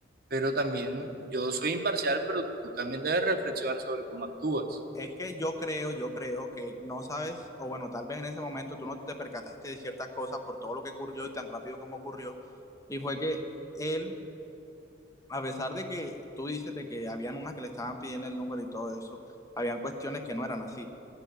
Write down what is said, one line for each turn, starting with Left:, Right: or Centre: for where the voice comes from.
Right: pero también yo soy imparcial, pero tú también debes reflexionar sobre cómo actúas.
Left: es que yo creo, yo creo que no sabes, o bueno, tal vez en ese momento tú no te percataste de ciertas cosas por todo lo que ocurrió y tan rápido como ocurrió. Y fue que él, a pesar de que tú dices de que habían unas que le estaban pidiendo el número y todo eso, habían cuestiones que no eran así.